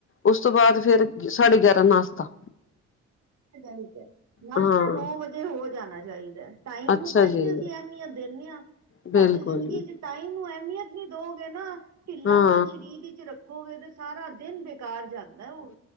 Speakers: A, on the left (about 45°); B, on the right (about 60°).
A: ਉਸ ਤੋਂ ਬਾਦ ਫੇਰ ਸਾਢੇ ਗਿਆਰਾਂ ਨਾਸਤਾ
B: ਏ ਗਲਤ ਏ ਨਾਸ਼ਤਾ
A: ਹਾਂ
B: ਨੌ ਵਜੇ ਹੋ ਜਾਣਾ ਚਾਈਦਾ ਏ ਟਾਈਮ
A: ਅੱਛਾ
B: ਨੂੰ ਤਾਂਈ
A: ਜੀ
B: ਤੇ ਅਸੀਂ ਅਹਿਮੀਅਤ ਦੇਨੇ ਆ
A: ਬਿਲਕੁਲ
B: ਸਾਡੀ ਜ਼ਿੰਦਗੀ 'ਚ ਟਾਈਮ ਨੂੰ ਅਹਿਮੀਅਤ ਨੀ ਦੋਗੇ ਨਾ ਠਿਲਾਪਣ
A: ਹਾਂ
B: ਸਰੀਰ ਇੰਚ ਰੱਖੋਗੇ ਤੇ ਸਾਰਾ ਦਿਨ ਬੇਕਾਰ ਜਾਂਦਾ ਉ